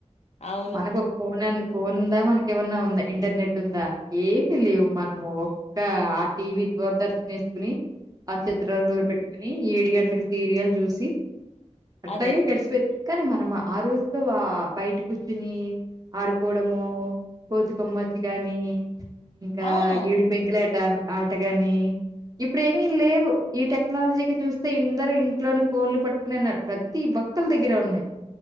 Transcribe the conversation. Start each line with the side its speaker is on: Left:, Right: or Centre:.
Left: అవును
Right: మనకు ఒక ఫోనన్ ఫోన్ ఉందా మనకి ఏమన్నా ఉందా ఇంటర్నెట్ ఉందా ఏమి లేవు. మనము ఒక్క ఆ టీవీ దూరదర్శన్ వేసుకుని ఆ చిత్రలో పెట్టుకుని ఏడు గంట్లకు సీరియల్ చూసి అట్లాగే
Left: అదే
Right: గడిసిపోయింద్ కానీ మనం అ ఆ రోజుల్లో ఆ బయట కూర్చుని ఆడుకోడము, కోతికొమ్మచ్చి గాని ఇంకా
Left: అవును
Right: యేడు పెంకులేట ఆటగాని ఇప్పుడ్ ఏమి లేవు. ఈట క్నాలజీకి చూస్తే ఇందరు ఇంట్లోని ఫోన్లు పట్టుకునే ఉన్నారు. ప్రతి ఒక్కల్ దగ్గర ఉన్నాయి